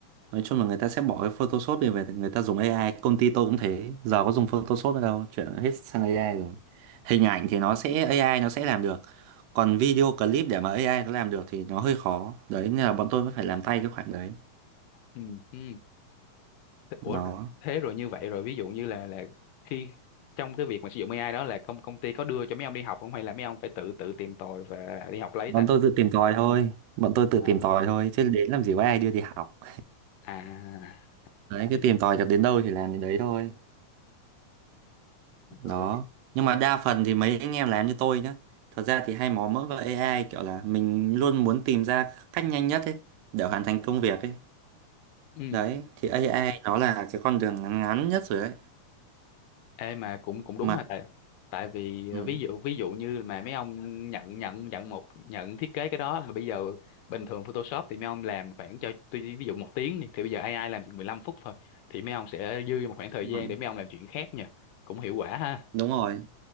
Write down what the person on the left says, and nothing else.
ừ, ừ. Thế-
Ủa thế rồi như vậy rồi ví dụ như là là khi trong cái việc mà sử dụng AI đó là công công ty có đưa cho mấy ông đi học không hay là mấy ông phải tự tự tìm tòi và đi học lấy
ta?
à,
À
thì
rồi
thì
ừ
ê mà cũng cũng đúng
hả tại tại vì ờ,
ví dụ ví dụ như mà mấy ông nhận nhận nhận một nhận thiết kế cái đó mà bây giờ bình thường Photoshop thì mấy ông làm khoảng cho tuy ví dụ một tiếng đi, thì bây giờ AI làm chỉ 15 phút thôi thì mấy ông sẽ dư một khoảng thời
gian
để mấy ông làm chuyện khác nha cũng hiệu quả ha